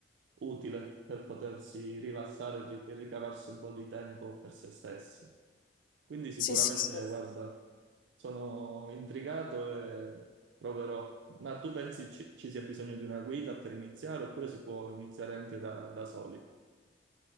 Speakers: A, on the right; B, on the left.
A: utile per potersi rilassare e ri- e ricavarsi un po' di tempo per se stessi. Quindi sicuramente,
B: Sì, sì, sì.
A: guarda, sono intrigato e proverò. Ma tu pensi ci, ci sia bisogno di una guida per iniziare oppure si può iniziare anche da da soli?